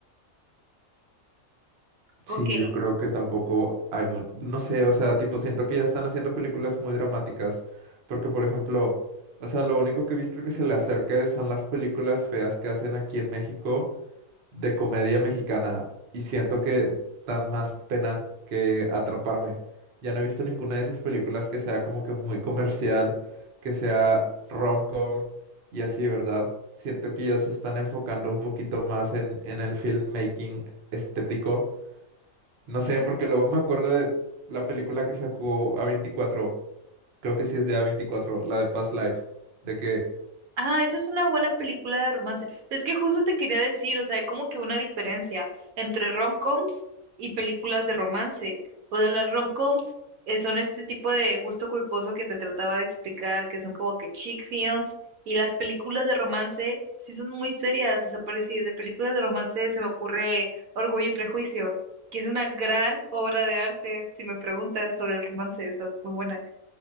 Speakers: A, on the right (about 80°); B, on the right (about 55°).
A: Ok,
B: Sí, yo creo que tampoco hay mu- no sé, o sea, tipo siento que ya están haciendo películas muy dramáticas, porque por ejemplo, o sea, lo único que he visto que se le acerca son las películas feas que hacen aquí en México de comedia mexicana y siento que dan más pena que atraparme. Ya no he visto ninguna de esas películas que sea como que muy comercial, que sea rom-com y así, ¿verdad? Siento que ya se están enfocando un poquito más en, en el filmmaking estético. No sé, porque luego me acuerdo de la película que sacó a veinticuatro creo que sí es de a veinticuatro la de Past Lives, de que...
A: Ah, esa es una buena película de romance. Es que justo te quería decir, o sea, hay como que una diferencia entre rom-coms y películas de romance. O sea, las rom-coms eh, son este tipo de gusto culposo que te trataba de explicar, que son como que chick films, y las películas de romance sí son muy serias. O sea, por decir, de películas de romance se me ocurre Orgullo y Prejuicio, que es una gran obra de arte, si me preguntas sobre el romance, esa es muy buena.